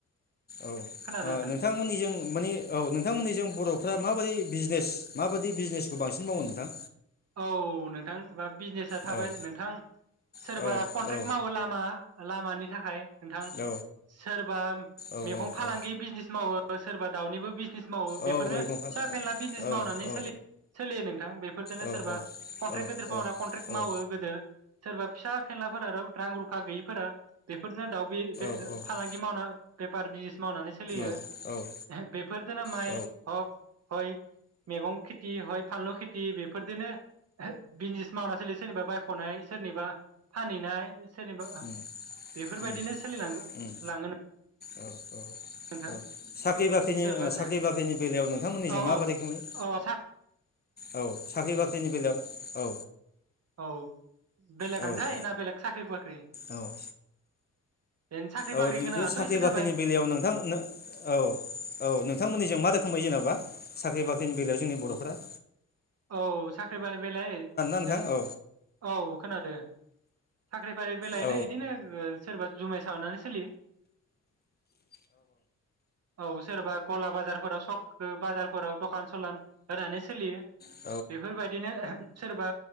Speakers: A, on the left (about 35°); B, on the right (about 55°).
A: औ
B: खोनादों
A: ओ
B: नोंथां
A: नोंथांमोननिजों माने औ नोंथांमोननिजों बर'फ्रा माबोरै बिजिनेस माबायदि बिजिनेसखौ बांसिन मावो नोंथां?
B: औ नोंथां बिजिनेसा थाबाय
A: औ
B: नोंथां सोरबा
A: औ
B: कन्ट्रेक्ट
A: औ
B: मावो लामा लामानि थाखाय नोंथां
A: औ
B: सोरबा
A: औ
B: मैगं फालांगि
A: औ
B: बिजिनेस मावो सोरबा दाउनिबो बिजिनिस मावो बेफोरनो
A: औ मैगं
B: फिसा
A: फान
B: फेनला बिजिनिस
A: औ
B: मावनानै
A: औ
B: सोलि सोलियो नोंथां बेफोरजोंनो
A: औ
B: सोरबा
A: औ
B: कन्ट्रेक्ट गिदिर फावारा कन्ट्रेक्ट मावो
A: औ
B: गोदोर सोरबा फिसा फेनलाफोरा रां रुफा गैयिफोरा बेफोरनो दाउ बि बे
A: औ
B: फालांगि मावना बेफार बिस मावनानै सोलियो
A: औ औ औ
B: बेफोर दोनो माइ
A: औ उम औ उम
B: हक हय मैगं खेथि हय फानलु खिथि बे <unintelligible> बिजिनिस मावना सोलि बाय नाय सोरनिबा फानहैनाय सोरनिबा ओ
A: उम
B: बेफोरबायदिनो
A: उम
B: सोलिला
A: उम
B: लाङो
A: औ औ
B: नोंथां
A: ओ साख्रि बाख्रिनि
B: सोरबा
A: ओ साख्रि बाख्रिनि बेलायाव नोंथांमोननिजों
B: औ
A: माबोरैखो
B: औ
A: नुयो
B: औ सा
A: औ साख्रि बाख्रिनि बेलायाव औ
B: औ बेलेगानो
A: औ
B: जायो ना बेलेग साख्रि बाख्रि
A: औ
B: ओरैनो साख्रि
A: औ
B: बाख्रि
A: <unintelligible>
B: गोनाङाथ'
A: साख्रि
B: इसोर
A: बाख्रिनि
B: जाबाय
A: बेलायाव नोंथां औ औ नोथांमोनिजों मा रोखोमै जेनेबा साख्रि बाख्रिनि बेलायाव जोंनि बरफोरा
B: औ साख्रि बाय बेलाय
A: नोंथां
B: जों
A: औ
B: औ खोनादों साख्रि फारि बेलायनो
A: औ
B: यिदिनो ओ सोरबा जुमाय सावनानै सोलियो <inaudible> औ सोरबा गला बाजारफोराव स ओ बाजारफोराव दखान सलान होनानै सोलियो।
A: औ औ औ ओ ओ ओ औ नो औ
B: बेफोरबायदिनो सोरबा